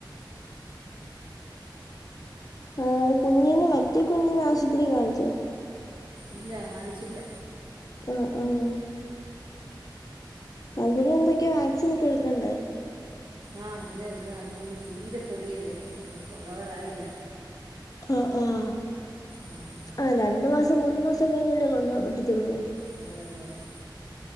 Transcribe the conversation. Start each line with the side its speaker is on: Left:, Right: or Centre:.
Left: ആ് കുഞ്ഞന് മറ്റേ കുഞ്ഞിന ആശുപത്രി കാണിച്ചോ
Right: ഇല്ല കാണിച്ചില്ല
Left: ആഹ് ആഹ് അതിന് എന്തൊക്കെയോ വാക്സിൻ ഒക്കെ എടുക്കണ്ടേ
Right: ആഹ് അതിനെ എടുക്ണം അത് തീരെ പൊടിയല്ലേ അതിനെ കൊണ്ടു പോകാറായില്ല
Left: ആഹ് ആഹ്
Right: ആഹ്
Left: ആഹ് രണ്ട് മാസം മൂന്ന് മാസം കഴിഞ്ഞല്ലേ കൊണ്ടു പോകാൻ പറ്റത്തുള്ളൂ
Right: അതെ അതെ അതെ